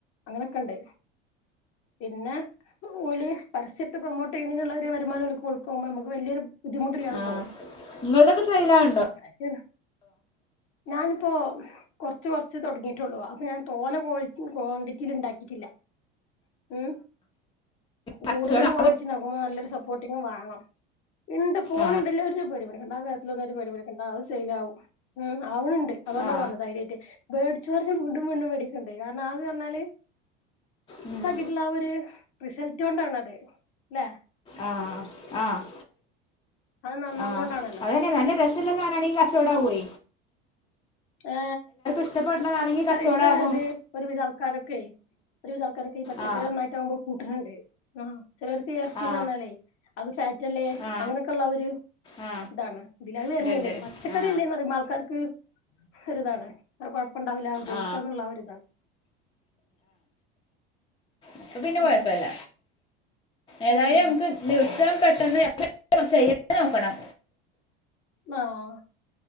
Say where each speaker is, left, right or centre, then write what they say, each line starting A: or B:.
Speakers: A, on the left (about 55°); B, on the left (about 15°).
A: അങ്ങനെയൊക്കെണ്ട് പിന്നെ ഓല് പരസ്യട്ട് പ്രൊമോട്ട് ചെയ്യ്ണയ്ന്ള്ള ഒരു വരുമാനം ഓല്ക്ക് കൊടുക്കുമ്പോ നമുക്ക് വല്ല്യരു ബുദ്ധിമുട്ടില്ലാതെ
B: ആ
A: പോവും
B: നിങ്ങളതൊക്കെ സെയിലാണ്ടോ
A: അപ്പം അങ്ങനെക്കേണ് ഞൻ അപ്പൊ കൊറ്ച്ച് കൊറ്ച്ച് തൊട്ങ്ങീട്ടൊള്ളൂ അപ്പൊ ഞാൻ തോന്നെ കോൾറ്റി ക്വാണ്ടിറ്റീൽ ഉണ്ടാക്കീട്ടില്ല മ്
B: കച്ചവടം
A: കൂടുതൽ കോണ്ടിറ്റി ഇണ്ടാക്കുമ്പോ നല്ലൊരു സപ്പോർട്ടിങും വാണം ഇണ്ട് പോണ്
B: ആ
A: ണ്ട് ഇല്ല ഒരു പേടിം പേടിക്കണ്ട ആ കാര്ത്തിലൊന്ന ഒരു പടിം പേടിക്ക ണ്ട അഅ് സെയ്ലാവും ഉം ആവ്ണ് ണ്ട് അതുകൊണ്ടാപറഞ്ഞത്
B: ആ
A: ധൈര്യായ്ട്ട് വേടിച്ചോര്ന്നെ വീണ്ടും വീണ്ടും വേടിക്ക്ണ്ട് അ കാരണം ആത് പറഞ്ഞാല്
B: ഉം
A: ള്ള ആ ഒരു റിസൾട്ട് കൊണ്ടാണത് അല്ലേ
B: ആഹ് ആഹ്
A: അത് നന്നാവണോണ്ടാണല്ലോ
B: ആഹ് അതെന്നെ നല്ല രസല്ലെ സാധനാണെങ്കിൽ കച്ചോടാവേ
A: ഏ
B: ഇഷ്ടപ്പെടുന്നതാണെങ്കിൽ
A: പച്ചക്കറിൻ്റെ
B: കച്ചവടമാകും
A: ഇത് ഒരുവിധാൾക്കാരൊക്കെ ഒരുവിധ ആൾക്കാരൊക്കെ ഈ പച്ചക്കറി
B: ആ
A: നന്നായിട്ടാകുമ്പോൾ കൂട്ട്ണ് ണ്ട് ആ ചിലവർക്ക് ഏർച്ചിന്ന്
B: ആ
A: പറഞ്ഞാലേ അത് ഫാറ്റ്ല്ലേ
B: ആ
A: അങ്ങനെക്കെള്ള ആ ഒരു
B: ആ
A: ഇതാണ് ഇതില് അത് വരുന്നല്ലല്ലോ
B: ഇതുണ്ട്
A: പച്ചക്കറി
B: ആ
A: എല്ലേന്ന് പറുമ്പോ ആൾക്കാർക്ക് ഒരു ഇതാണ് ആ കൊയ് പ്പണ്ടാവില്ല ഉപയോഗിക്കാന്ന്ള്ള
B: ആ
A: ആ ഒരിതാണ്
B: അപ്പംപിന്നെ
A: ഉം
B: കൊഴപ്പല്ല ഏതായാലും
A: ഉം
B: നമുക്ക് ദിവസം പെട്ടെന്ന് <unintelligible> <unintelligible> നോക്കണം
A: ആഹ്